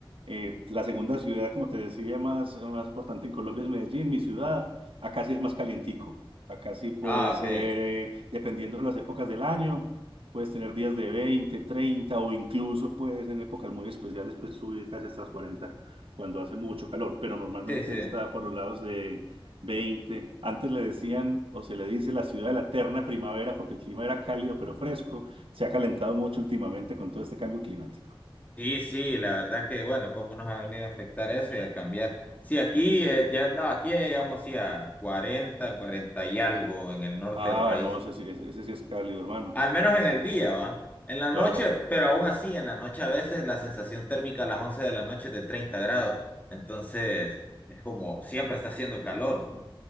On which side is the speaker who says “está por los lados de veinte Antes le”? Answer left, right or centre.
Right